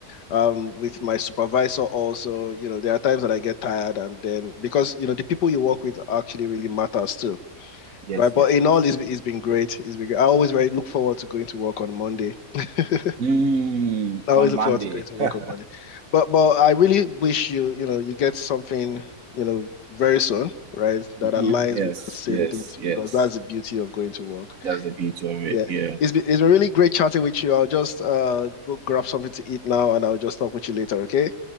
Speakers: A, on the left; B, on the right.
A: um with my supervisor also you know there are times that i get tired and then because you know the people you work with actually really matters too
B: Yes,
A: right but
B: yes,
A: in
B: yes.
A: all it's, it's been great it's been great. i always very look forward to going to work on monday <laughs> i
B: Mm,
A: always
B: on
A: look
B: Monday.
A: forward to going to work
B: <laughs>
A: on monday but but i really wish you you know you get something you know very soon right
B: Mhm.
A: that aligns
B: Yes,
A: with that same
B: yes,
A: thing too,
B: yes.
A: because that's the beauty of going to work
B: That's the beauty of it.
A: yeah
B: Yeah.
A: it's been, it's been really great chatting with you i'll just uh go grab something to eat now and i'll just talk with you later okay